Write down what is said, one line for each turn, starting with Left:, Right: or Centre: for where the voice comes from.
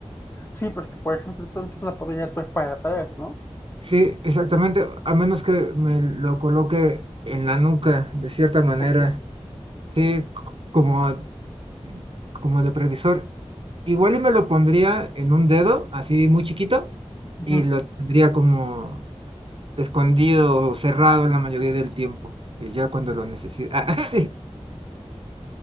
Left: Sí, porque por ejemplo, entonces no podrías ver para atrás, ¿no?
Right: Sí, exactamente, a menos que me lo coloque en la nuca, de cierta manera,
Left: Exacto.
Right: sí, c- como, como de previsor. Igual y me lo pondría en un dedo, así muy chiquito,
Left: Ujú.
Right: y lo tendría como escondido o cerrado la mayoría del tiempo, eh, ya cuando lo necesito. <laughs> Ah, sí,